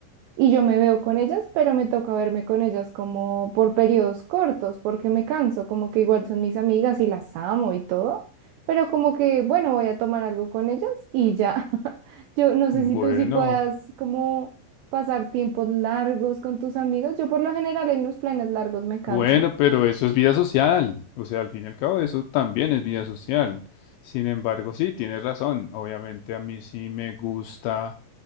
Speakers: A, on the right; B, on the left.
A: y yo me veo con ellas, pero me toca verme con ellas como por periodos cortos, porque me canso, como que igual son mis amigas y las amo y todo, pero como que, bueno, voy a tomar algo con ellas y ya. <laughs> Yo no sé
B: Bueno,
A: si tú sí puedas como pasar tiempos largos con tus amigos. Yo por lo general en los planes largos me canso.
B: Bueno, pero eso es vida social. O sea, al fin y al cabo, eso también es vida social. Sin embargo, sí, tienes razón. Obviamente a mí sí me gusta,